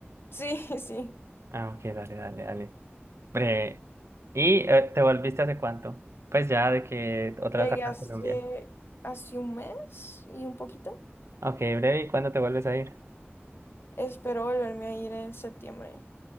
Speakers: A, on the left; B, on the right.
A: Sí, <laughs> sí.
B: Ah, ok, dale, dale, dale. Breve. ¿Y eh, te volviste hace cuánto? Pues ya de que otra
A: Llegué
B: vez acá
A: hace,
B: en Colombia.
A: hace un mes y un poquito.
B: Ok, breve. ¿Y cuándo te vuelves a ir?
A: Espero volverme a ir en septiembre.